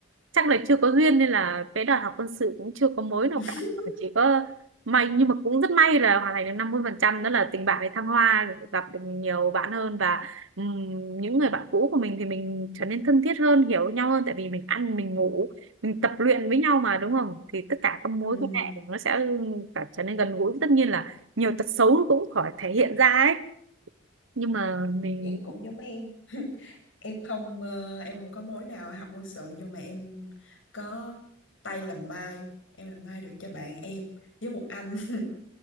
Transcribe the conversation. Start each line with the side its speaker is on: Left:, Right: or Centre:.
Right: chắc là chưa có duyên nên là cái đợt học quân sự cũng chưa có mối nào
Left: <laughs>
Right: cả mà chỉ có may nhưng mà cũng rất may là hoàn thành được năm mươi phần trăm đó là tình bạn với thăng hoa gặp được nhiều bạn hơn và ừm, những người bạn cũ của mình thì mình trở nên thân thiết hơn hiểu nhau hơn tại vì mình ăn mình ngủ mình tập luyện với nhau mà đúng không thì tất cả các mối
Left: ừ
Right: quan hệ nó sẽ cả trở nên gần gũi tất nhiên là nhiều tật xấu cũng khỏi thể hiện ra ấy nhưng mà mình
Left: Vậy cũng giống em <laughs> em không ờ, em không có mối nào học quân sự nhưng mà em có tay làm mai em làm mai được cho bạn em với một anh <laughs>